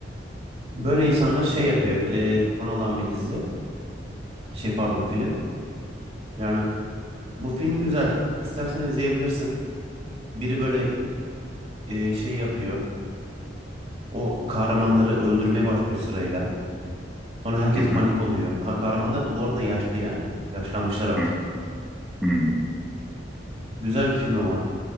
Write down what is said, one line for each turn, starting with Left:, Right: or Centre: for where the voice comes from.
Right: Böyle insanlar şey yapıyor. E, konu olan bir dizi. Şey pardon film. Yani bu film güzel. İstersen izleyebilirsin. Biri böyle e, şey yapıyor. O kahramanları öldürmeye başlıyor sırayla. Sonra herkes
Centre: Hı hı,
Right: panik oluyor. Ha, kahramanlar da bu arada yaşlı yani. Yaşlanmışlar artık.
Centre: hı, hı.
Right: Güzel bir film ama.